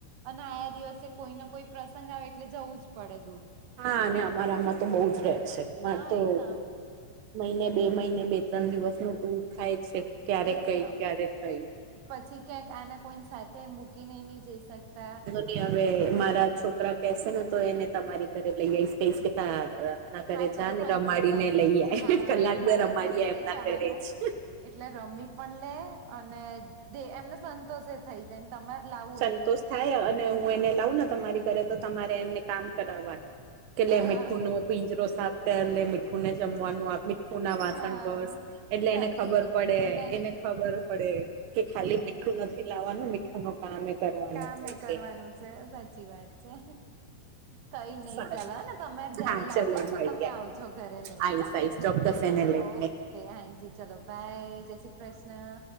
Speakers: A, on the right; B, on the right.
A: અને આયા દિવસે કોઈને કોઈ પ્રસંગ આવે એટલે જવું જ પડે દૂર.
B: હા અને અમારામાં તો બહુ જ રહે છે માર
A: હા
B: તો
A: એજ ને
B: મહિને બે મહિને બે ત્રણ દિવસનો ટુર થાય જ છે ક્યારેક
A: એજ
B: કઈ
A: ને
B: ક્યારેક કઈ.
A: પછી ક્યાંક આને કોઈન સાથે મૂકીને નઈ જઈ શકતા.
B: એ હવે મારા છોકરા કેસે ને તો એને તમારી ઘરે લઈ આઈશ. કઈશ કે તાર એમના ઘરે
A: હા
B: જાને
A: કઈ વાંધો
B: રમાડીને
A: નહી તમે
B: લઈ આય
A: હા
B: કલાક
A: મારા
B: બે રમાડી
A: ઘરે
B: આય
A: લઈ
B: એમના
A: આવવાનું
B: ઘરે જ. <inaudible>
A: એટલે રમી પણ લે અને એમને સંતોષ એ થઈ જાયન. તમારે લાઉ
B: સંતોષ થાય અને હું એને લાઉ ને તમારી ઘરે તો તમારે એને કામ કરાવવાનું. કે લે
A: હા
B: મીઠુંનો પીંજરો સાફ કર, લે મીઠુંને જમવાનું આપ, મીઠ ઠું ના વાસણ
A: હા
B: ઘસ એટલે
A: સાચી
B: એને ખબર
A: વાત
B: પડે
A: છે એટલે
B: એને ખબર પડે કે ખાલી મીઠ ઠું નથી લાવાનું, મીઠુંનું કામ એ કરવાનું
A: કામે
B: હોય
A: કરવાનું
B: છે
A: છે સાચી વાત છે. કઈ નહીં
B: સારું
A: ચલ હને તમારે જયારે
B: હા
A: લાગે
B: ચલો
A: ને
B: મળીએ
A: તો તમે આવજો ઘરે લઈ
B: આઈશ
A: હે ને
B: આઈશ ચોક્કસ
A: હા
B: એને લઈને
A: ઓક કે હાનજી ચલો બાય, જય શ્રી કૃષ્ણ.